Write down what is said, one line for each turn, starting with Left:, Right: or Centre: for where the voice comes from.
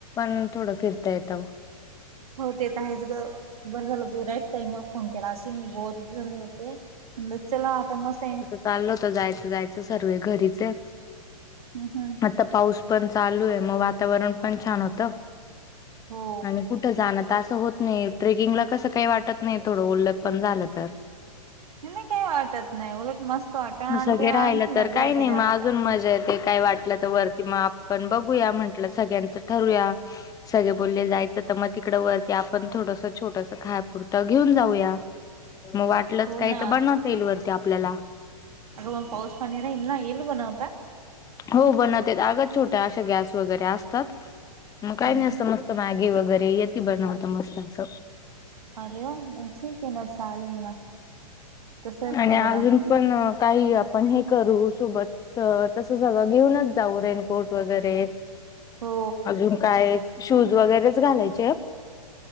Left: ह थोडं फिरता येतताव
Right: हो ते तर आहेच ग बरं झालं तू राईट टाइमवर फोन केला असे मी बोर झा म्हणलं चला आता मस
Left: चालल होत जायचं जायचं सर्वे घरीच आप
Right: हम, हम
Left: ता पाऊस पण चालू आहे मग वातावरण पण छान होतं
Right: हो
Left: आणि कुठं जाणं त आस होत नाही ट्रेकिंगला कसं काही वाटत नाही थोडं ओलट पण झालं तर
Right: हे नाई काही वाटत नाही उलट मस्त वाटत आणि
Left: सगळे
Right: जरा
Left: राहिलं
Right: आणखी मजा
Left: तर काही
Right: येते
Left: नाही
Right: जास्त
Left: मग अजून मजा येत ते काय वाटलं तर वरती मग आपण बघूया म्हंटलं सगळ्यांचं ठरूया सगळे बोलले जायचं तर मग तिकड वरती आपण थोडस छोटस खायपुरतं घेन जाऊया मग वाट लच
Right: हो
Left: काही
Right: ना
Left: तर बनवता येईल वरती आपल्याला
Right: अग पाऊस पाणी राइल ना येईल बनवता
Left: हो बनवतेत अग छोट्या अशा गॅस वगैरे असतात मग काही,
Right: हम्म
Left: नाही
Right: हम्म.
Left: असत मस्त मॅगी वगैरे यती बनवता मस्त अस
Right: आरे वा म ठीक आहे ना चालेल ना तसं
Left: आणि
Right: करू
Left: अजून
Right: ना.
Left: पण काही आपण हे करू सोबत तर तसं सगळं घेऊनच जाऊ रेनकोट वगैरे
Right: हो
Left: अजून काय शूज वगैरेच घालायचेत